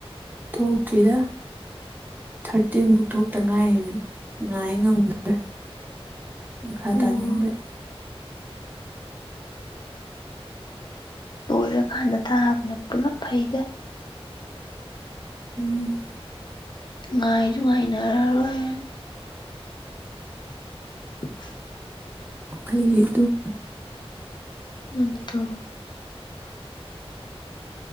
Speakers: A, on the right; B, on the left.
A: ꯊꯣꯛꯇ꯭ꯔꯤꯗ ꯊꯥꯔꯇꯤꯟꯐꯥꯎ ꯊꯣꯛꯇ ꯉꯥꯏꯔꯤ ꯉꯥꯏ ꯉꯝꯗ꯭ꯔꯦ ꯃꯈꯥ
B: ꯑꯣ
A: ꯇꯥꯅꯤꯡꯕꯩ
B: ꯂꯣꯏꯔꯀꯥꯟꯗ ꯊꯥꯕꯅꯦ ꯄꯨꯂꯞ ꯐꯩꯗ
A: ꯎꯝ
B: ꯉꯥꯏꯁꯨꯉꯥꯏꯅꯔꯥꯔ‌ꯣꯏ <inaudible>
A: ꯑꯩ <unintelligible>
B: ꯑꯗꯨꯠꯇꯣ